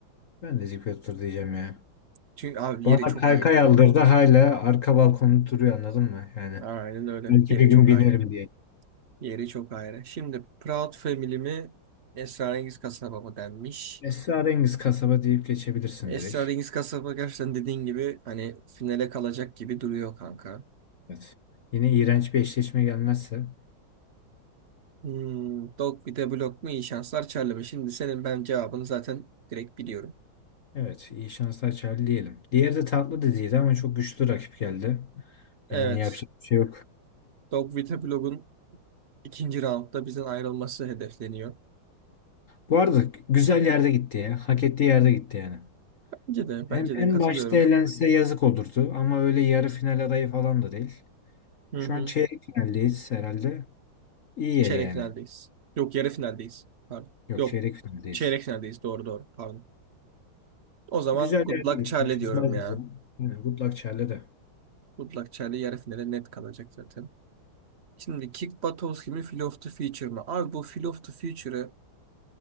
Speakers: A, on the left; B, on the right.
A: Ben de Zik ve Luthor diyeceğim ya.
B: Çünkü abi
A: Bana
B: yeri çok
A: kaykay
B: ayrı ya.
A: aldırdı hala arka balkonda duruyor anladın mı? Yani
B: Aynen öyle.
A: belki
B: Yeri
A: bir gün
B: çok
A: binerim
B: ayrı.
A: diye.
B: Yeri çok ayrı. Şimdi Proud Family mi Esrarengiz Kasaba mı denmiş.
A: Esrarengiz kasaba deyip geçebilirsin
B: Esrarengiz
A: direkt.
B: Kasaba gerçekten dediğin gibi hani finale kalacak gibi duruyor kanka.
A: Evet. Yine iğrenç bir eşleşme gelmezse.
B: Hmm, dog bir de blok mu iyi şanslar Charlie. Şimdi senin ben cevabını zaten direkt biliyorum.
A: Evet, iyi şanslar Charlie diyelim. Diğeri de tatlı dediydi ama çok güçlü rakip geldi.
B: Evet.
A: Yani yapacak bir şey yok.
B: Dog with a Blog'un ikinci roundda bizden ayrılması hedefleniyor.
A: Bu arada güzel yerde gitti ya. Hak ettiği yerde gitti yani.
B: Bence de,
A: Hem
B: bence
A: en
B: de katılıyorum.
A: başta elense yazık olurdu ama öyle yarı final adayı falan da değil.
B: Hı
A: Şu
B: hı.
A: an çeyrek finaldeyiz herhalde. İyi yeri
B: Çeyrek
A: yani.
B: finaldeyiz. Yok yarı finaldeyiz. Pardon.
A: Yok
B: Yok.
A: çeyrek finaldeyiz.
B: Çeyrek finaldeyiz. Doğru doğru. Pardon. O zaman
A: Güzel
B: good
A: yerde
B: luck
A: gittik.
B: Charlie
A: Küsmez
B: diyorum ya.
A: bize. Yani good luck Charlie de.
B: Good luck Charlie yarı finale net kalacak zaten. Şimdi Kick Buttowski mi Feel of the Future mı? Abi bu Feel of the Future'ı